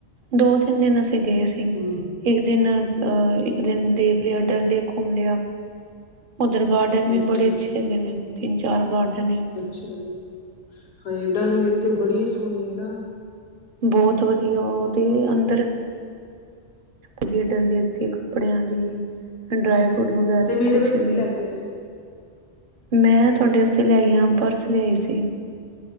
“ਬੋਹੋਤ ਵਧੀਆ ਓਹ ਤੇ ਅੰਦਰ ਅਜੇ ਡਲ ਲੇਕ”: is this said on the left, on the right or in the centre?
Right